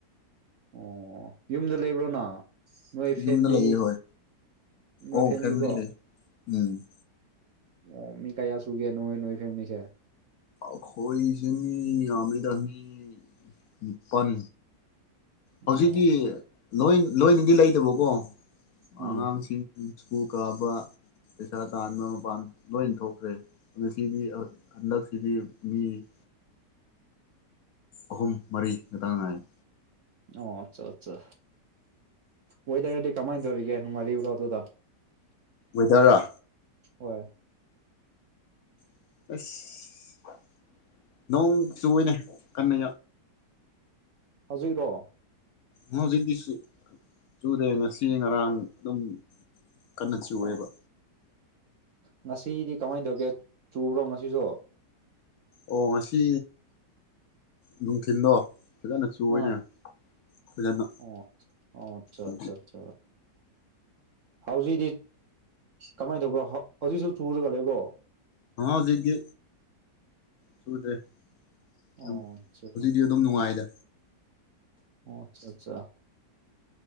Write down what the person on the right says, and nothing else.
ꯑꯣ ꯌꯨꯝꯗ ꯂꯩꯕ꯭ꯔꯣ ꯅ ꯅꯣꯏ ꯐꯦꯝꯂꯤ
ꯅꯣꯏ
ꯐꯦꯝꯂꯤꯀꯣ
ꯑꯣ ꯃꯤ ꯀꯌꯥ ꯁꯨꯒꯦ ꯅꯣꯏ ꯅꯣꯏ ꯐꯦꯃꯤꯁꯦ
ꯑꯣ
ꯎꯝ
ꯑꯣ ꯑꯠꯆꯥ ꯑꯠꯆꯥ ꯋꯦꯗꯔꯗꯤ ꯀꯃꯥꯏꯅ ꯇꯧꯔꯤꯒꯦ ꯅꯨꯡꯉꯥꯏꯔꯤꯕ꯭ꯔꯣ ꯑꯗꯨꯗ
ꯍꯣꯏ
ꯍꯧꯖꯤꯛꯔꯣ
ꯉꯁꯤꯗꯤ ꯀꯃꯥꯏꯅ ꯇꯧꯒꯦ ꯆꯨꯕ꯭ꯔꯣ ꯉꯁꯤꯁꯨ
ꯑꯥ
ꯑꯣ ꯑꯣ ꯑꯠꯆꯥ
ꯑꯠꯆꯥ ꯑꯠꯆꯥ ꯍꯧꯖꯤꯛꯗꯤ ꯀꯃꯥꯏꯅ ꯇꯧꯕ꯭ꯔꯣ ꯍꯧꯖꯤꯛꯁꯨ ꯆꯨꯔꯒ ꯂꯩꯕꯣ
ꯑꯣ ꯑꯠꯆꯥ
ꯑꯣ ꯑꯠꯆꯥ ꯑꯠꯆꯥ